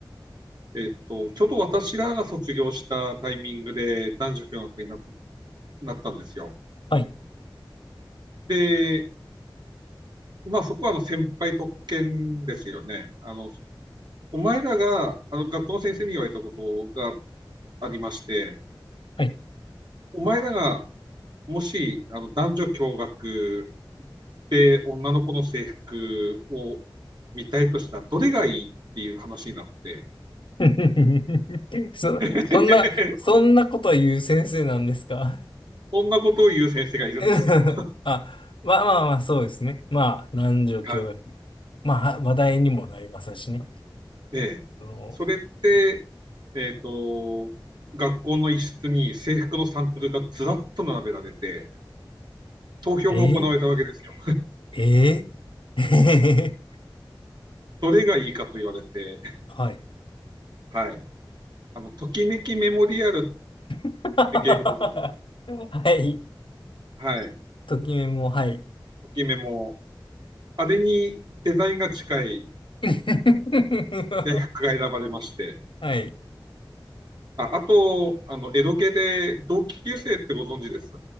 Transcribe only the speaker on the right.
えっと、ちょうど私らが卒業したタイミングで男女共学になっなったんですよ。
で、まあそこはあの先輩特権ですよね。あの、お前らが、あの、学校の先生に言われたことがありまして、
お前らがもし、あの、男女共学で、女の子の制服を見たいとしたらどれがいいっていう話になって、
<laughs>
そんなことを言う先生がいるんですよ。
<laughs> はい。
で、
それって、えっ、と、学校の一室に制服のサンプルがずらっと並べられて、投票が行われたわけですよ。
どれがいいかと言われて、
はい。あの、ときめきメモリアルっ
てゲームご存知で
すかはい。
ときメモ。あれにデザインが近い
制服が選ばれまして、
あ、あと、あの、エドゲで同級生ってご存知です